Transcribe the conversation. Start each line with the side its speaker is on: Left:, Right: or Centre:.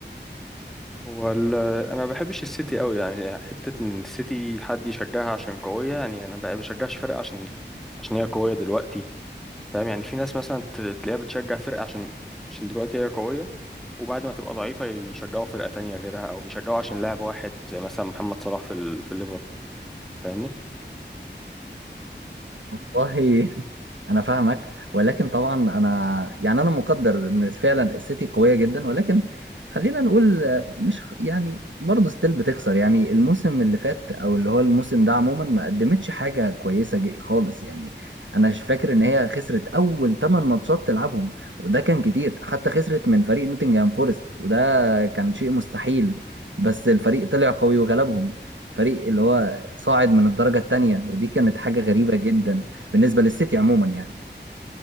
Centre: هو ال- أنا ما بحبش السيتي قوي يعني حتة إن السيتي حد يشجعها عشان قوية يعني أنا ما بشجعش فرقة عشان عشان هي قوية دلوقتي فاهم يعني في ناس مثلا ت- تلاقيها بتشجع فرقة عشان عشان دلوقتي هي قوية وبعد ما تبقى ضعيفة يشجعوا فرقة تانية غيرها أو بيشجعوا عشان لاعب واحد زي مثلا محمد صلاح في ال... في الليفر فاهمني؟
Right: والله انا فاهمك ولكن طبعا انا يعني انا مقدر ان فعلا السيتي قويه جدا ولكن خلينا نقول آه، مش يعني برضه ستيل بتخسر يعني الموسم اللي فات او اللي هو الموسم ده عموما ما قدمتش حاجه كويسه ج- خالص يعني انا مش فاكر ان هي خسرت اول 8 ماتشات تلعبهم وده كان كتير حتى خسرت من فريق نوتنجهام فورست وده كان شيء مستحيل بس الفريق طلع قوي وغلبهم فريق اللي هو صاعد من الدرجة التانية ودي كانت حاجة غريبة جدا بالنسبة للسيتي عموما يعني